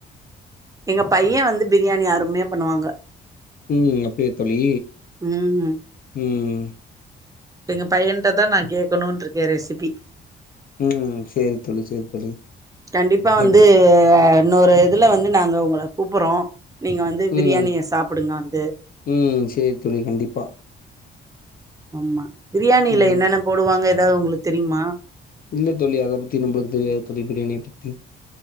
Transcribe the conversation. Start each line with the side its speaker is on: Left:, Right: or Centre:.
Right: எங்க பையன் வந்து பிரியாணி அருமையா பண்ணுவாங்க
Left: ம் அப்டியா தோழி
Right: ம்
Left: ம்
Right: இப்ப எங்க பையன்ட்ட தா நா கேட்கணுன் இருக்கே ரெசிபி
Left: ம் சேரி தோழி சேரி தோழி
Right: கண்டிப்பா வந்து
Left: எப்டி
Right: இன்னொரு இதுல வந்து நாங்க உங்கள கூப்பிறோ நீங்க வந்து
Left: ம்
Right: பிரியாணிய சாப்பிடுங்க வந்து
Left: ம் சேரி தோழி கண்டிப்பா
Right: ஆமா பிரியாணியில
Left: ம்
Right: என்னென்ன போடுவாங்க எதாவது உங்களுக்கு தெரியுமா
Left: இல்ல தோழி அதை பத்தி நம்மளுக்கு தெரியாது தோழி பிரியாணிய பத்தி